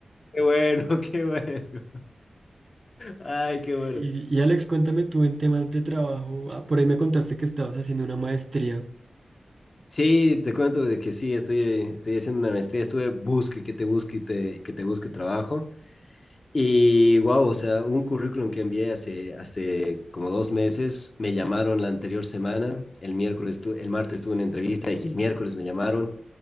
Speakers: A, on the left (about 50°); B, on the right (about 45°).
A: qué bueno, <laughs> qué bueno. Ay, qué bueno.
B: Y, y Alex, cuéntame tú en temas de trabajo. ah, por ahí me contaste que estabas haciendo una maestría.
A: Sí, te cuento de que sí, estoy, estoy haciendo una maestría, estuve busque que te busque y te, que te busque trabajo. Y wow, o sea, un currículum que envié hace, hace como dos meses, me llamaron la anterior semana, el miércoles, tu- el martes tuve una entrevista y el miércoles me llamaron,